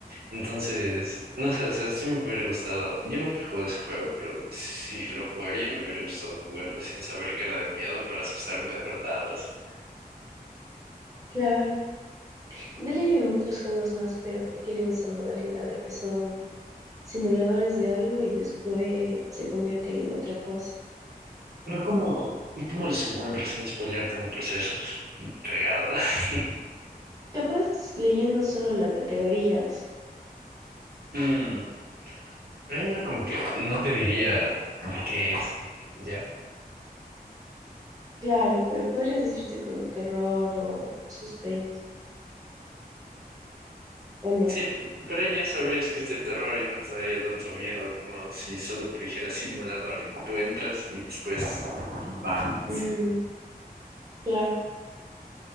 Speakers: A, on the right (about 75°); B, on the right (about 20°).
A: Entonces, no sé, o sea, sí me hubiera gustado. Yo nunca he jugado ese juego, pero si lo jugaría me hubiera gustado jugarlo sin saber que era de miedo para asustarme de verdad. así.
B: Claro. De ley hay muchos juegos más, pero que tienen esa modalidad de que son simuladores de algo y después se convierten en otra cosa.
A: Pero ¿cómo, cómo los encuentras sin spoilearte en el proceso? Es fregado. <laughs>
B: Capaz leyendo solo la categoría, sí.
A: Mm, pero ahí no como que no te diría de qué es. Ya.
B: Claro, pero podría decirte como terror o suspenso, ¿o no?
A: Sí, p- pero ya sabrías que es de terror y no te daría tanto miedo como si solo te dijera simulador y tú entras y después van
B: Mm,
A: así.
B: claro.